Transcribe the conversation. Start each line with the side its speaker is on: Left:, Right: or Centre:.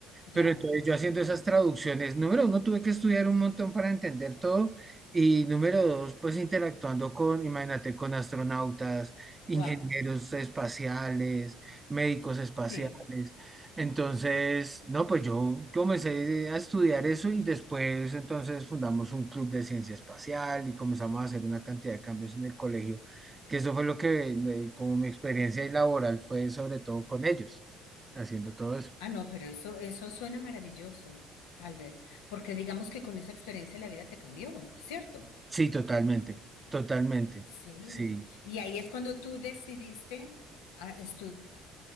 Left: Ya.
Right: Pero entonces yo haciendo esas traducciones, número uno, tuve que estudiar un montón para entender todo y número dos, pues interactuando con, imagínate, con astronautas, ingenieros
Left: Wow.
Right: espaciales, médicos espaciales.
Left: Sí.
Right: Entonces, no, pues yo comencé a estudiar eso y después entonces fundamos un club de ciencia espacial y comenzamos a hacer una cantidad de cambios en el colegio, que eso fue lo que, eh, como mi experiencia laboral fue sobre todo con ellos, haciendo todo eso.
Left: Ah, no, pero eso, eso suena maravilloso, Albert, porque digamos que con esa experiencia la vida te cambió, ¿cierto?
Right: Sí, totalmente, totalmente.
Left: Sí,
Right: Sí.
Left: y ahí es cuando tú decidiste a estudiar